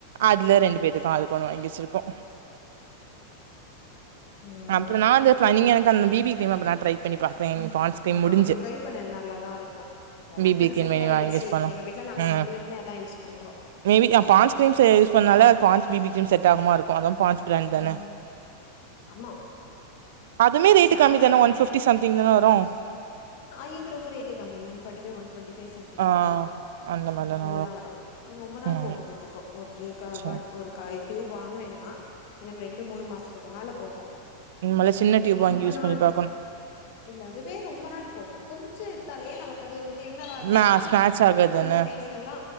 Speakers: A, on the right (about 55°); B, on the left (about 45°).
A: அதுல ரெண்டுபேதுக்கு ஆளுக்கொன்னு வாங்கி வச்சிருக்கோ
B: ம்
A: அப்புறோ நா வந்து தனியா எனக்கு அந்த பி பி கிரீம் அப்ப நா ட்ரை பண்ணி பாக்குறே பான்ஸ் கிரீம்
B: ஆ
A: முடிஞ்சு
B: அது ட்ரை பண்ண நல்லாதான் இருக்கும் எனக்
A: பி பி
B: அது
A: கிரீம்
B: செட்டாய்டுச்சு
A: இனி வாங்கி யூஸ் பண்ணலா
B: எங்க வீட்ல நாங்க
A: ம்
B: மூணு பேருமே அதா யூஸ் பண்றோ
A: மேபி நா பான்ஸ் க்ரீம்ஸு யூஸ் பண்ணால அது பான்ஸ் பி பி க்ரீம் செட்டாகுமா இருக்கு அதா பாத்து
B: ம் ஆமா
A: அதுமே ரேட்டு
B: நானு
A: கம்மி தான ஒன் பிப் டி சம்திங் தான வரும்
B: ஆ இது ரொம்ப ரேட்டு கம்மி one forty five one twenty five something
A: ஆ
B: அதுதா வரு
A: அந்த மாரி தான
B: அவுளதா வரு இது ரொம்ப நாள்
A: ம்
B: போகும்பாத்துக்கோ ஒரு காபாட்ல்
A: சரி
B: ஒரு கைடியூப் வாங்குறேன்னா எனக்கு ரெண்டு மூணு மாசத்துக்கு மேல போகு
A: இனிமேலு சின்ன
B: இது
A: டியூப்
B: ரொம்ப
A: வாங்கி யூஸ்
B: நாள்
A: பண்ணி பாக்கணு
B: போ இல்ல அதுவே ரொம்ப நாள் போகும் கொஞ்சம் எடுத்தாலேயே நமக்கு அது வந்துட்டு என்னவா இருக்கும்னா
A: மே ஸ்மேட்ச் ஆகாதுதான
B: ரொம்ப பேஸ் இப்பெல்லா